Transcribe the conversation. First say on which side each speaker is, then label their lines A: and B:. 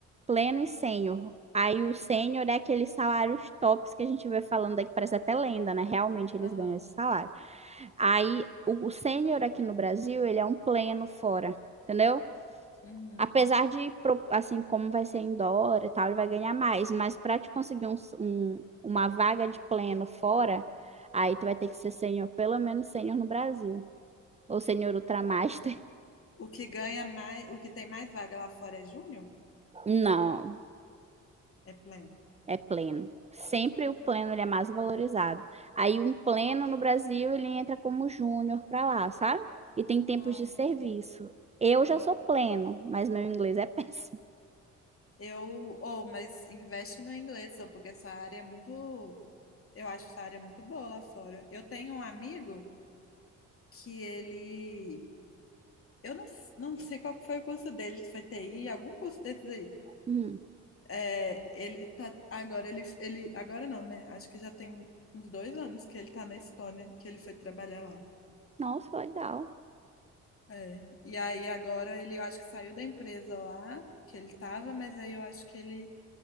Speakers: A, on the right; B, on the left.
A: pleno e sênior. Aí o sênior é aqueles salários tops que a gente vê falando aqui, parece até lenda, né? Realmente eles
B: Aham.
A: ganham esse salário. Aí o, o sênior aqui no Brasil, ele é um pleno fora, entendeu?
B: Uhum.
A: Apesar de, pro- assim, como vai ser em dólar e tal, ele vai ganhar mais. Mas para te conseguir um, s- um- uma vaga de pleno fora, aí tu vai ter que ser sênior, pelo menos sênior no Brasil. Ou sênior ultramaster.
B: O que ganha mais, o que tem mais vaga lá fora é júnior?
A: <laughs> Não,
B: É pleno.
A: É pleno. Sempre o pleno ele é mais valorizado. Aí um pleno no Brasil ele entra como júnior para lá, sabe? E tem tempos
B: Ah,
A: de serviço.
B: tá.
A: Eu
B: Tem.
A: já sou pleno, mas meu inglês é <laughs> péssimo.
B: Eu, ou, mas investe no inglês, só porque essa área é muito, eu acho essa área muito boa lá fora. Eu tenho um amigo que ele, eu não, s- não sei qual que foi o curso dele, se foi TI, algum curso desses aí.
A: Hum.
B: É, ele tá, agora ele, ele, agora não, né? Acho que já tem uns dois anos que ele tá na Estônia, que ele foi trabalhar lá.
A: Nossa, legal.
B: É. E aí agora ele eu acho que saiu da empresa lá que ele tava, mas aí eu acho que ele,